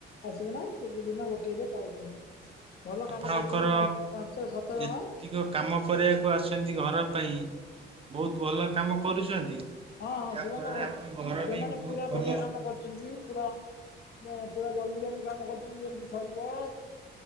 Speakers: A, on the left; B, on the right.
A: ଆସିକିନା ଦିନ ଗୋଟିଏରେ ପଳଉଛନ୍ତି। ଭଲ
B: ଆପଣଙ୍କର
A: କାମ କରୁଛନ୍ତି ପାଞ୍ଚ ସାତ ଜଣ।
B: ଯେତିକ କାମ କରିବାକୁ ଆସଛନ୍ତି ଘର ପାଇଁ ବହୁତ ଭଲ କାମ କରୁଛନ୍ତି।
A: ହଁ ହଁ
B: ଯାହାଫଳରେ
A: ସେମାନେ ତ
B: ଆପଣଙ୍କ ଘର
A: ସେମାନେ
B: ବି ବହୁତ
A: ପୁରା
B: ଭଲ
A: ବଢିଆ କାମ କରୁଛନ୍ତି ପୁରା। ନା ପୁରା ଜଲଦି ଜଲଦି କାମ କରୁଛନ୍ତି ଯେମତି ସରିବ।